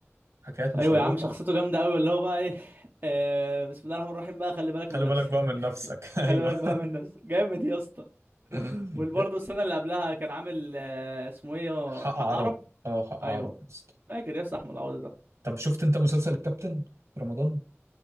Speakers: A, on the right (about 75°); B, on the right (about 45°).
A: وحكايات مشوقة
B: ايوه يا عم شخصيته جامده قوي اللي هو بقى ايه <laughs> آه بسم الله الرحمن الرحيم بقى خلي بالك
A: خلي
B: من نفسك
A: بالك بقى من نفسك <laughs> ايوه
B: خلي بالك بقى من نفسك جامد يا اسطى
A: <laughs>
B: وبرضه
A: يا-
B: السنه اللي قبلها كان عامل آه اسمه ايه يا
A: حق
B: حق
A: عرب
B: عرب
A: اه حق
B: ايوه
A: عرب يا اسطى.
B: فاكر يا اسطى احمد العوضي ده
A: طب شفت انت مسلسل الكابتن في رمضان